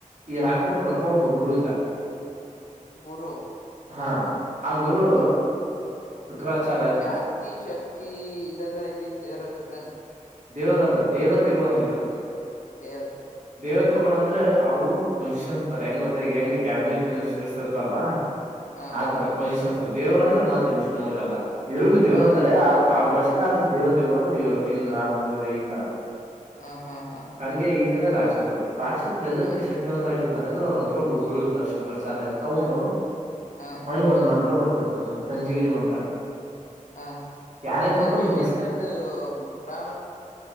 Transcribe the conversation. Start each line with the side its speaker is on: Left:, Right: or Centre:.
Right: ಈ ರಾಕ್ಷಸ ರಥ ಒಬ್ಬ ಗುರು ಇದ್ದ
Left: ಗುರು
Right: ಹಾ ಆ ಗುರು
Left: ಹ್ಮ್
Right: ಶುಕ್ರಾಚಾರ್ಯ ಅಂತ
Left: ಜಾಸ್ತಿ ಶತ್ <unintelligible> ಇದೆಲ್ಲಾ ಇದ್ದಿದ್ದ ದೇವ್ರ ಹತ್ರ ತಾನೆ
Right: ದೇವರಲ್ಲ ದೇವತೆಗಳು ಅಂದಿದ್ದವು
Left: ದೇವತೆ
Right: ದೇವತೆಗಳು ಅಂದ್ರೆ ಅಂದ್ರೆ ಅವು ಪೊಸಿಷನ್ಸ್ ತಾರೆ ಹೆಂಗ್ ಗೊತ್ತಾ ಈಗ ಹೆಂಗ್ ಕ್ಯಾಬಿನೆಟ್ ಮಿನಿಸ್ಟರ್ಸ್ ಇರ್ತಾರಾ
Left: ಹಾ
Right: ಆತರ ಪೊಸಿಷನ್ ದೇವ್ ಅಂದ್ರೆ ಮತ್ತೆ ವಿಷ್ಣು ಅವ್ರರೆಲ್ಲ ಇವ್ರಗೂ ದೇವ್ರ
Left: ಹಾ
Right: ಅಂತ
Left: ಹಾ
Right: ಅೇ ಆಡು ಭಾಷೆ ಇಲ್ಲ ಆದ್ರೆ ದೇವತೆಗಳು ಅಂದ್ರೆ ಇವರು ಇಂದ್ರ ಸೂರ್ಯ ಈ ತರ
Left: ಹಾ ಹಾ ಹಾ
Right: ಹಂಗೆ ಈ ಕಡೆ ರಾಕ್ಷಸರು ರಾಕ್ಷಸ ಎದಕ್ಕೆ
Left: ಹಾ
Right: ಶಕ್ತಿವಂತರಗರುತ್ತೆ ಇರ್ತಾರೆ ಅಂದ್ರೆ ಅವ್ರ ಹತ್ರೊಬ್ರು ಗುರು ಇರ್ತಾರೆ ಶುಕ್ರಾಾರ್ಯ ಅಂತ ಅವನು
Left: ಹಾ
Right: ಅವನಿಗೆ ಒಂದ್ ಮಾಂತ್ರ ಬರ್ತ ರ್ತದ ಸಂಜೀವಿನಿ ಮಂತ್ರ
Left: ಹಾ
Right: ಯಾರೇ ಸತ್ರು
Left: ಸಂಜೀವನಿ
Right: ಬದುಕ್ಸ
Left: ಅಂದ್ರೆ ಅದು ರ